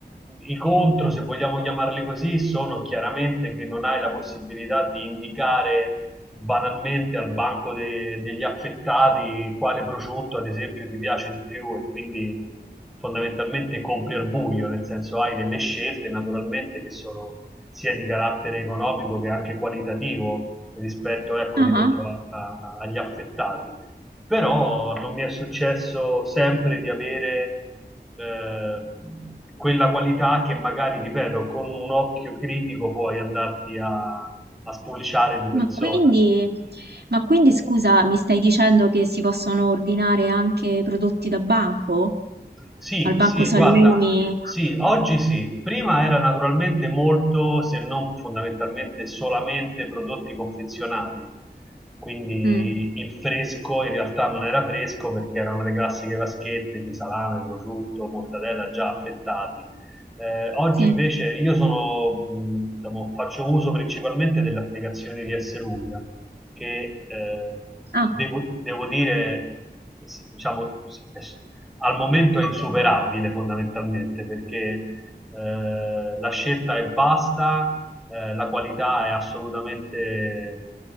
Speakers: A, in the centre; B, on the right.
A: i contro, se vogliamo chiamarli così, sono chiaramente che non hai la possibilità di indicare banalmente al banco de- degli affettati quale prosciutto ad esempio ti piace di più e quindi fondamentalmente compri al buio, nel senso hai delle scelte naturalmente che sono sia di carattere economico che anche qualitativo rispetto, ecco,
B: ah,
A: ripeto,
B: ah.
A: a- a- agli affettati. Però non mi è successo sempre di avere eh, quella qualità che magari, ripeto, con un occhio critico puoi andarti a a spulciare di persona.
B: Ma quindi, ma quindi, scusa, mi stai dicendo che si possono ordinare anche prodotti da banco?
A: Sì,
B: Al banco
A: sì,
B: salumi?
A: guarda, sì, oggi sì. Prima era naturalmente molto, se non fondamentalmente solamente prodotti confezionati. Quindi
B: Mm,
A: il fresco in realtà non era fresco perché erano le classiche vaschette di salame, prosciutto, mortadella già affettati. Eh, oggi
B: sì.
A: invece io sono, mh, diciamo, faccio uso principalmente delle applicazioni di Lunga che eh,
B: Ah.
A: devo, devo dire, s- diciamo, s- al momento è insuperabile fondamentalmente perché eh, la scelta è vasta, eh, la qualità è assolutamente